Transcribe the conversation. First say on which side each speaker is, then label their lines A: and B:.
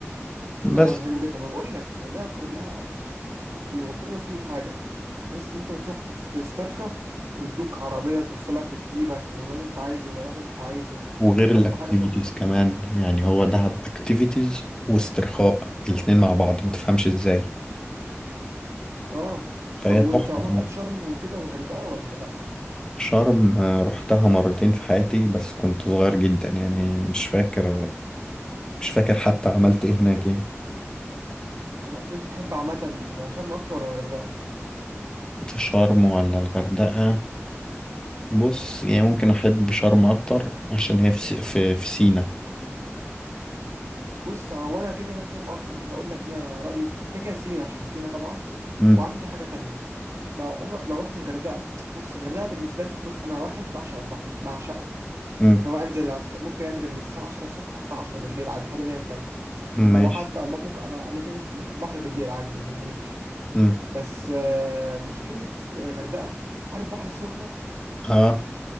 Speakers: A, on the left (about 15°); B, on the right (about 75°).
A: بس
B: اه ده حلو جدا ما بقول لك دهب كلها بص بيوفر لك كل حاجه تحس انت بتروح تس- تسترخى ويدوك عربيه توصلك وتجيبك والوقت انت عايزه والوقت انت عايزه
A: وغير
B: بجد
A: الاكتيفيتيز
B: حاجه تحفه
A: كمان يعني هو دهب اكتيفيتيز واسترخاء الاتنين مع بعض ما تفهمش ازاي
B: اه
A: فهي
B: طب وانت
A: تحفة
B: عمرك
A: طبعا
B: رحت شرم وكده والغردقه ولا لا
A: شرم آه، رحتها مرتين في حياتي بس كنت صغير جدا يعني مش فاكر مش فاكر حتى عملت ايه هناك يعني
B: انا انت بتحب عامه شرم اكتر ولا الغردقه
A: شرم ولا الغردقة بص يعني ممكن أحب شرم أكتر عشان هي في س- في, في سينا
B: بص هو انا كده كده بحب شرم اكتر بس هقول لك ليه انا رايي كده كده سينا عشان سينا طبعا
A: مم.
B: وعندي حاجه تانية لو عمرك لو رحت الغردقه بص الغردقه بالنسبه لي بص انا واحد بعشق البحر بعشقه
A: مم.
B: لو انزل هتف- ممكن انزل من الساعه 10 الصبح اطلع 10 بالليل عادي لحد ما تلاقي وحتى
A: ماشي
B: ممكن انا قبل كده نزلت في البحر بالليل عادي ما بيهمنيش
A: مم.
B: بس آه، مشكله الغردقه عارف بحر السخنه
A: اه